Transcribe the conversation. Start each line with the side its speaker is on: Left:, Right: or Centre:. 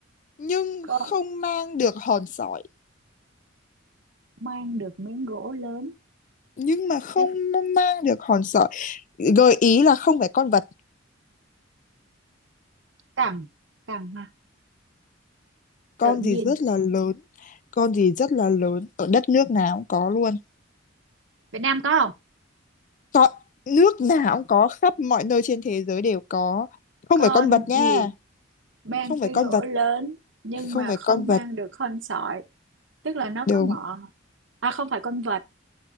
Left: nhưng
Right: Có
Left: không mang được hòn sỏi
Right: mang được miếng gỗ lớn,
Left: nhưng mà không
Right: tức
Left: mang được hòn sỏi gợi ý là không phải con vật
Right: cẳng, cẳng à,
Left: con
Right: tự nhiên.
Left: gì rất là lớn con gì rất là lớn ở đất nước nào cũng có luôn
Right: Việt Nam có không?
Left: có nước nào cũng có khắp mọi nơi trên thế giới đều có không
Right: Con
Left: phải con vật nha
Right: gì mang
Left: không
Right: cái
Left: phải con
Right: gỗ
Left: vật
Right: lớn nhưng
Left: không
Right: mà
Left: phải
Right: không
Left: con vật
Right: mang được con sỏi tức là nó có
Left: đúng
Right: mỏ à không phải con vật